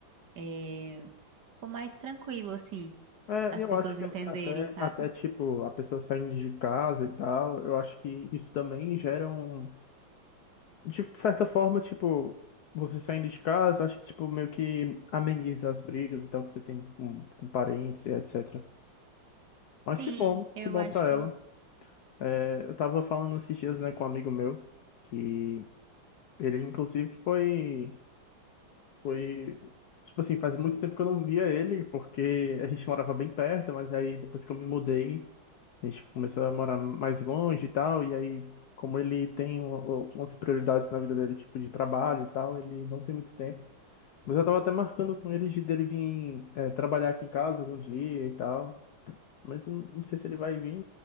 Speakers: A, on the right (about 55°); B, on the left (about 70°).
A: é, Ficou mais tranquilo, assim,
B: É,
A: as
B: eu
A: pessoas
B: acho que
A: entenderem,
B: até,
A: sabe?
B: até, tipo, a pessoa saindo de casa e tal, eu acho que isso também gera um... De certa forma, tipo, você saindo de casa, eu acho que, tipo, meio que ameniza as brigas e tal que você tem com, com parentes e etc. Mas
A: Sim,
B: que bom,
A: eu
B: que bom
A: acho
B: pra
A: que.
B: ela. É, Eu tava falando esses dias, né, com um amigo meu, que Ele, inclusive, foi, foi. Tipo assim, faz muito tempo que eu não via ele, porque a gente morava bem perto, mas aí depois que eu me mudei, a gente começou a morar mais longe e tal. E aí, como ele tem u- u- umas prioridades na vida dele, tipo de trabalho e tal, ele não tem muito tempo. Mas eu tava até marcando com ele de dele vir eh, trabalhar aqui em casa algum dia e tal. Mas eu não não sei se ele vai vir,